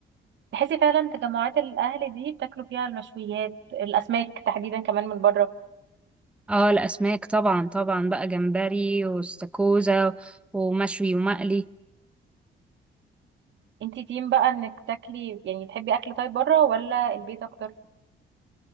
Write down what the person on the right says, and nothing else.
تحسي فعلا تجمعات الاهل دي بتاكلوا فيها المشويات الاسماك تحديدا كمان من بره
انتي تيم بقى انك تاكلي يعني تحبي اكل طيب بره ولا البيت اكتر